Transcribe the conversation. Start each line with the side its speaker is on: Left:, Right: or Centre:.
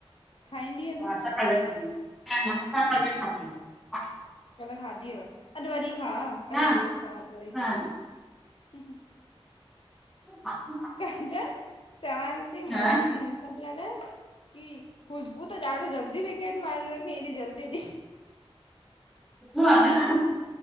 Left: खाईंदीअ
Centre: हा
Left: तूं।
Centre: असां कल ठाहींदम न न असां कल खादीई हा।
Left: कल खाधी हुव अॼुवरी खाउ, अड़े
Centre: न
Left: ॿियो छा अॼु वरी
Centre: न
Left: खाउ
Centre: न
Left: <inaudible>
Centre: तूं खा तूं खा
Left: कंचन चवांस थी मां
Centre: न
Left: हुन ॾींहुं इन। मी ॻाल्हाएसि की खुश्बू त ॾाढो जल्दी विकेट मारे रखयई एॾी जल्दी ॾी।
Centre: सुठो आहेन।